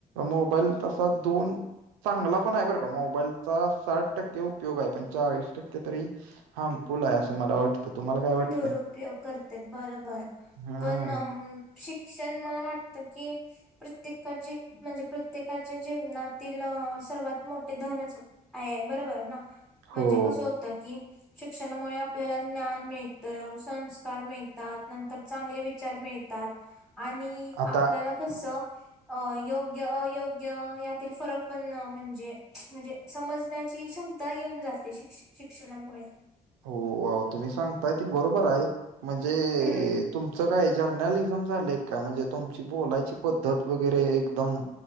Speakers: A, on the right; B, in the centre.
A: मोबाईल तसा दोन चांगला पण आहे बरं का मोबाईलचा साठ टक्के उपयोग आहे पण चाळीस टक्के तरी हा पूल आहे असं मला वाटतं. तुम्हाला काय वाटतंय
B: दुरुपयोग करते बरोबर
A: हम्म
B: पण. शिक्षण मला वाटतं की. प्रत्येका ज म्हणजे प्रत्येकाच्या जीवनातील सर्वात मोठे धनच हो. आहे बरोबर ना म्हणजे
A: हो
B: कसं होतं की शिक्षणामुळे आपल्याला ज्ञान मिळत. संस्कार मिळतात नंतर चांगले विचार मिळतात आणि. आपल्याला
A: आता
B: कस. अ योग्य अयोग्य यातील फरक पण म्हणजे म्हणजे. समजण्याची क्षमता येऊन जातते शिक् शिक्षणामुळे.
A: हो तुम्ही सांगताय ती बरोबर आहे म्हणजे.
B: हम्म
A: तुमचं काय जर्नलिझम झाले का म्हणजे तुमची बोलायची पद्धत वगैरे एकदम.